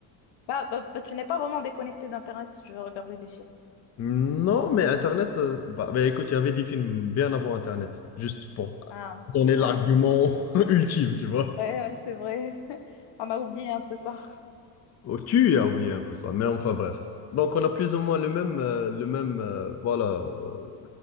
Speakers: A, on the left (about 60°); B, on the left (about 35°).
A: Bah, bah, bah, tu n'es pas vraiment déconnecté d'Internet si tu veux regarder des films.
B: Non, mais Internet, ça- bah, bah, écoute, il y avait des films bien avant Internet, juste pour
A: Ah,
B: donner
A: ouais,
B: l'argument <laughs> ultime, tu vois.
A: ouais, ouais, c'est vrai. <laughs> On a oublié un peu ça.
B: Oh, tu as oublié un peu ça, mais enfin bref. Donc on a plus ou moins le même, euh, le même, euh, voilà. euh,